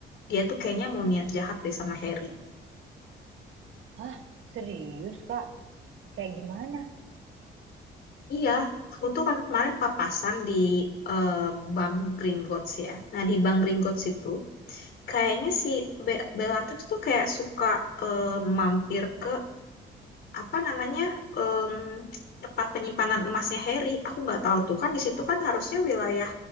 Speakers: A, on the left (about 70°); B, on the right (about 70°).
A: dia tuh kayaknya mau niat jahat deh sama Harry.
B: Hah? Serius Kak? Kayak gimana?
A: Iya, aku tuh kan kemarin papasan di eh, Bank Gringotts ya. Nah di Bank Gringotts itu kayaknya si Be- Bellatrix tuh kayak suka eh, mampir ke apa namanya em, tempat penyimpanan emasnya Harry. Aku nggak tahu tuh kan di situ kan harusnya wilayah